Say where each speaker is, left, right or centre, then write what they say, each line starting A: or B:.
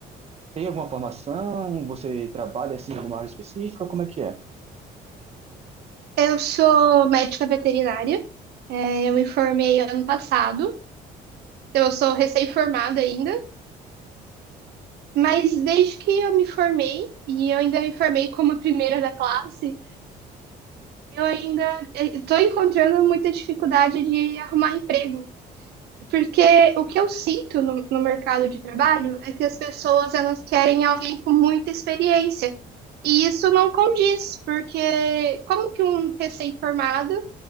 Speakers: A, on the right; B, on the right.
A: tem alguma formação? Você trabalha assim em alguma área específica? Como é que é?
B: Eu sou médica veterinária, é, eu me formei ano passado, então eu sou recém-formada ainda, mas desde que eu me formei, e eu ainda me formei como a primeira da classe, eu ainda estou encontrando muita dificuldade de arrumar emprego, porque o que eu sinto no, no mercado de trabalho é que as pessoas elas querem alguém com muita experiência, e isso não condiz, porque como que um recém-formado